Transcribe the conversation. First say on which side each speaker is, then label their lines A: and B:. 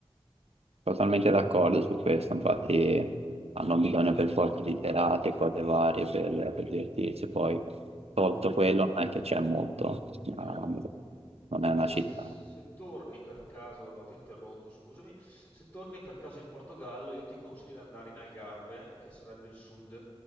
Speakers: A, on the right (about 80°); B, on the left (about 30°).
A: Totalmente d'accordo su questo, infatti hanno bisogno per forza di serate, cose varie per, per divertirsi, poi tolto
B: Comunque
A: quello non è che c'è molto,
B: No,
A: ma non
B: comunque
A: è una città.
B: se, se torni per caso, ti ho interrotto, scusami, se torni per caso in Portogallo io ti consiglio di andare in Algarve, che sarebbe il sud,